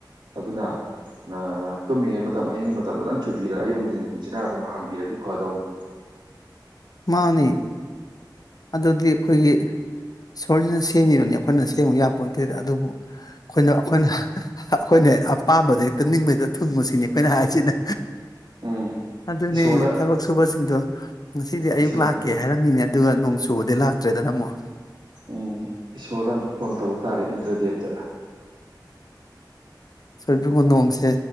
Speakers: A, on the right (about 75°); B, on the left (about 55°).
A: ꯑꯗꯨꯅ ꯅꯥꯑꯥ ꯇꯨꯝꯃꯤꯉꯩ ꯃꯇꯝ ꯑꯍꯤꯡꯒꯤ ꯃꯇꯝꯗꯗꯪ ꯆꯨꯕꯤꯔ ꯑꯌꯨꯛ ꯅꯨꯡꯊꯤꯟꯁꯤꯅ ꯑꯗꯨꯝ ꯍꯥꯡꯕꯤꯔꯗꯤ ꯐꯗꯧꯅꯤ
B: ꯃꯥꯅꯦ ꯑꯗꯨꯗꯤ ꯑꯩꯈꯣꯏꯒꯤ ꯏꯁꯣꯔꯁꯤꯅ ꯁꯦꯝꯒꯤꯕꯅꯦ ꯑꯩꯈꯣꯏꯅ ꯁꯦꯝꯃꯨ ꯌꯥꯄꯣꯟꯇꯦꯗ ꯑꯗꯨꯕꯨ ꯑꯩꯈꯣꯏꯅ ꯑꯩꯈꯣꯏꯅ ꯑꯩꯈꯣꯏꯅ ꯑꯄꯥꯝꯕꯗ ꯍꯦꯛꯇ ꯅꯤꯡꯕ ꯍꯦꯛꯇ ꯊꯨꯡꯉꯣ ꯁꯤꯅꯤ ꯑꯩꯈꯣꯏꯅ ꯍꯥꯏꯁꯤꯅ
A: ꯎꯝ
B: ꯑꯗꯨꯅꯦ
A: ꯏꯁꯣꯔꯗ
B: ꯊꯕꯛ ꯁꯨꯕꯁꯤꯡꯗꯣ ꯉꯁꯤꯗꯤ
A: ꯏꯁꯣꯔ
B: ꯑꯌꯨꯛ ꯂꯥꯛꯀꯦ ꯍꯥꯏꯔꯝꯃꯤꯅꯦ ꯑꯗꯨꯒ ꯅꯣꯡ ꯆꯨꯕꯗꯩ ꯂꯥꯛꯇ꯭ꯔꯦꯗꯅ ꯑꯃꯨꯛ
A: ꯎꯝ ꯏꯁꯣꯔꯗ ꯑꯝꯇ ꯐꯣꯟ ꯇꯧꯕ ꯇꯥꯔꯦ ꯏꯟꯗ꯭ꯔꯗꯦꯕꯇ
B: ꯏꯁꯣꯔ ꯏꯕꯨꯡꯉꯣ ꯅꯣꯡꯁꯦ